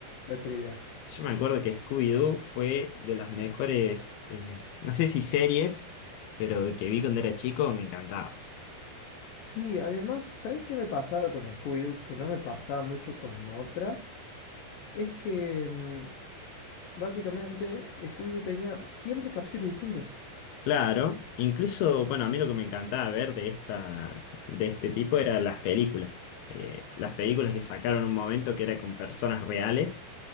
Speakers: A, on the left (about 65°); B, on the left (about 80°).
A: la trivia.
B: Yo me acuerdo que Scooby-Doo fue de las mejores, eh, no sé si series, pero que vi cuando era chico, me encantaba.
A: Sí, además, ¿sabés qué me pasaba con Scooby-Doo? Que no me pasaba mucho con otras. Es que mm, básicamente Scooby-Doo tenía siempre capítulos distintos.
B: Claro, incluso, bueno, a mí lo que me encantaba ver de esta, de este tipo era las películas. Eh, las películas que sacaron en un momento que era con personas reales,